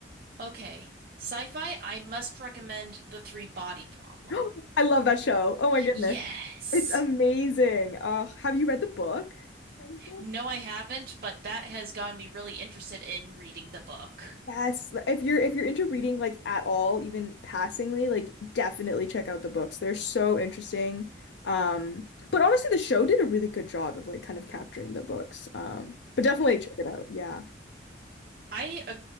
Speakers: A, on the right; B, on the left.
A: Okay. Sci-fi, I must recommend The Three Body Problem.
B: <gasps> I love that show. Oh my goodness.
A: Yes.
B: It's amazing. Uh, have you read the book? By any chance?
A: No, I haven't, but that has gotten me really interested in reading the book.
B: Yes, li- if you're if you're into reading like at all, even passingly, like definitely check out the books. They're so interesting. Um, but honestly, the show did a really good job of like kind of capturing the books. Um, but definitely check it out. Yeah.
A: I uh,